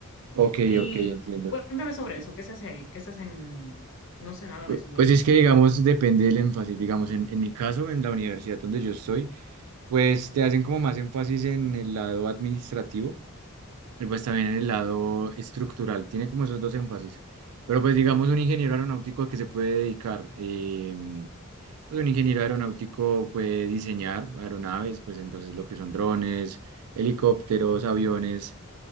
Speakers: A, on the right; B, on the left.
A: ok,
B: Y
A: ok, entiendo.
B: cuéntame sobre eso, ¿qué se hace ahí? ¿Qué se hace en, no sé nada
A: Pu-
B: de eso, en
A: Pues es que, digamos, depende del énfasis. Digamos, en, en mi caso, en la universidad donde yo estoy, pues te hacen como más énfasis en el lado administrativo y pues también en el lado estructural. Tiene como esos dos énfasis. Pero pues digamos, un ingeniero aeronáutico a qué se puede dedicar. Em, pues un ingeniero aeronáutico puede diseñar aeronaves, pues entonces lo que son drones, helicópteros, aviones,